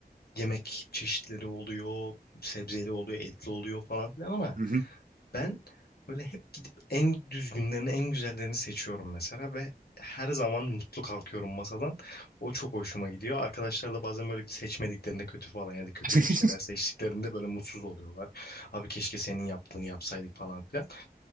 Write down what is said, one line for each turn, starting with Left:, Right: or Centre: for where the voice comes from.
Left: yemek çeşitleri oluyor, sebzeli oluyor, etli oluyor falan filan ama
Right: Hı hı.
Left: Ben böyle hep gidip en düzgünlerini, en güzellerini seçiyorum mesela ve her zaman mutlu kalkıyorum masadan. O çok hoşuma gidiyor. Arkadaşlar da bazen böyle seçmediklerinde kötü falan ya da kötü
Right: <laughs>
Left: şeyler seçtiklerinde böyle mutsuz oluyorlar. Abi keşke senin yaptığını yapsaydık falan filan.